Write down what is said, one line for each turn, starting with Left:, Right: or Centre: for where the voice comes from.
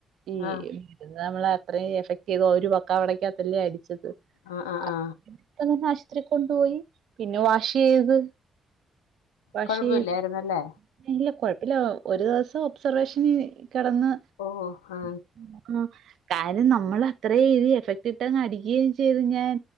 Right: ഈ
Left: ആ
Right: നമ്മളെ അത്രയും എഫക്ടയ്തു ഒരു പക്കവിടക്കാത്തല്ലേ അടിച്ചത്.
Left: ആ ആ
Right: അപതനെ
Left: ആ
Right: ആശ്പത്രി കൊണ്ടുപോയി പിന്നെ വാഷ് ചെയ്ത്. വാഷെയ്ത്
Left: കുഴപ്പമില്ലായിരുന്നല്ലേ
Right: ഇല്ല കൊഴപ്പല്ല ഒരു ദിവസം ഒബ്സർവേഷന് കിടന്ന്
Left: ഓ ആ
Right: <inaudible> ആഹ് കാര്യം നമ്മള് അത്രഇതി എഫക്ട് ഇട്ടങ് അടിക്കയും ചെയ്തു ഞാൻ.